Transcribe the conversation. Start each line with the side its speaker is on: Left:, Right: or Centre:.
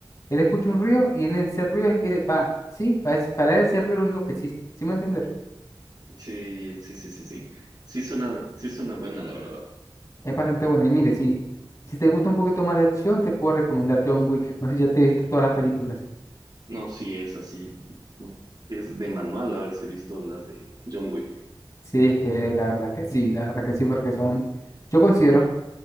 Left: Él escucha un río y en ese río es que va, sí, pa- es- para él ese río es lo único que existe, ¿sí me entiendes?
Right: Sí, sí, sí, sí, sí. Sí suena, sí suena buena, la verdad.
Left: Es bastante buena. Y mire, si, si te gusta un poquito más de acción, te puedo recomendar John Wick. No sé si ya te viste todas las películas.
Right: No, sí es así. No, Es de manual haberse visto las de John Wick.
Left: Sí, es que la verdad que sí, la verdad que sí, porque son, yo considero